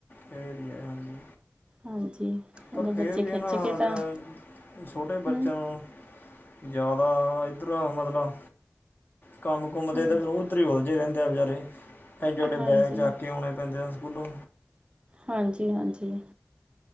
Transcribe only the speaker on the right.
ਹਾਂਜੀ।
ਉਦੋਂ ਬੱਚੇ
ਖਿੱਚ
ਕੇ ਤਾਂ
ਹਮ
ਹਾਂਜੀ
ਹਾਂਜੀ
ਹਾਂਜੀ- ਹਾਂਜੀ।